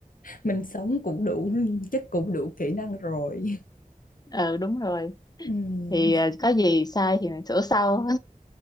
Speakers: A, on the left; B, on the left.
A: mình sống cũng đủ chắc cũng đủ kỹ năng rồi
B: ừ đúng rồi
A: Ừm,
B: thì ờ, có gì sai thì mình sửa sau